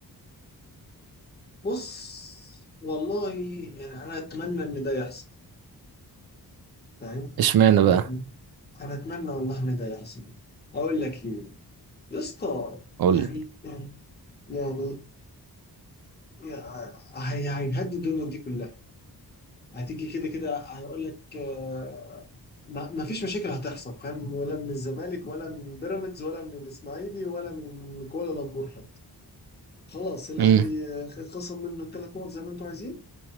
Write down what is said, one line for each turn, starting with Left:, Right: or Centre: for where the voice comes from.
Left: بص والله يعني انا اتمنى ان ده يحصل فاهم؟
Right: اشمعنى
Left: انا
Right: بقى
Left: أت- انا اتمنى والله ان ده يحصل اقول لك ليه؟ يا اسطى
Right: قول
Left: يعني
Right: لي
Left: يعني يعني يا- هي هيهدي الدنيا دي كلها هتيجي كده كده هيقول لك آه، ما ما فيش مشاكل هتحصل فاهم ولا من الزمالك ولا من بيراميدز ولا من الاسماعيلي ولا من كوالا لامبور حتى خلاص الاهلي
Right: امم
Left: آه، اتخصم منه الثلاث نقط زي ما انتوا عايزين